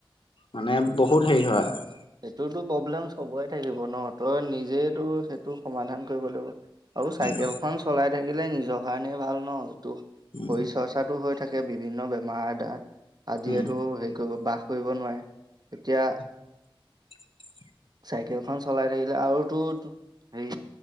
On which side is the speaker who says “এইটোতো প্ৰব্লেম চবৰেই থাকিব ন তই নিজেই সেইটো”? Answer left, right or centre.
Right